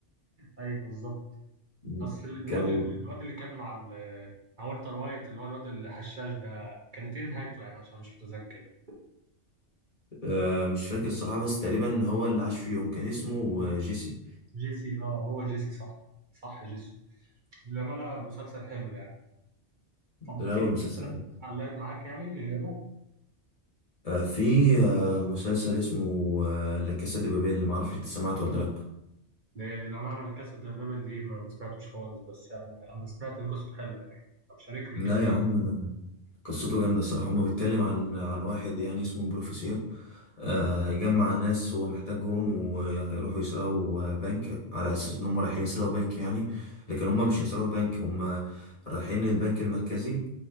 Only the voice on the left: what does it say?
<laughs>
كانوا
آه مش فاكر الصراحة بس تقريبا هو اللي عاش فيهم كان اسمه آه، جيسي
ده
هو
المسلسل ده
آه في آه مسلسل اسمه آه لا كاسا دي بابيل اللي معرفش انت سمعته ولا لأ
لا
يا عم ده قصته جامدة الصراحة هو بيتكلم عن عن واحد يعني اسمه البروفيسير آه هيجمع ناس هو محتاجهم وهيروحوا يسرقوا آه، بنك على أساس إنهم رايحين يسرقوا بنك يعني لكن هم مش هيسرقوا البنك هم رايحين البنك المركزي